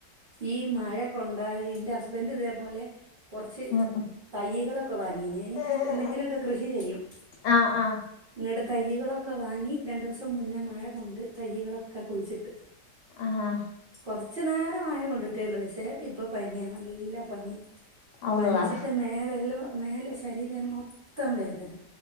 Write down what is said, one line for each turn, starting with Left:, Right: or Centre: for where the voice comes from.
Right: ഈ മഴ കൊണ്ടാല് ഇൻ്റെ ഹസ്ബൻഡ് ഇതേപോലെ കാെറച്ച്
Left: ഉം
Right: തയ്യ്കളൊക്കെ വാങ്ങീനിം
Left: ഉം
Right: എങ്ങനെക്കഎന്തെങ്കിലൊ ക്കെ കൃഷി ചെയ്യും
Left: ആഹ് ആഹ്
Right: ഇങ്ങട് തയ്യ്കളൊക്കെ വാങ്ങി രണ്ടൂസം മുന്നേ മഴ കൊണ്ട് തയ്യ്കളൊക്കെ കുഴിച്ചിട്ട്
Left: ആഹ്
Right: കൊർച്ച്‌ നേരം മഴ കൊണ്ടിട്ടേള്ളൂ പക്ഷേ ഇ ഇപ്പ പനിയാ നല്ല പനി
Left: അള്ളാ
Right: പനിച്ചിട്ട് മേലെല്ലോം മേല് ശരീരം മൊത്തം വേദന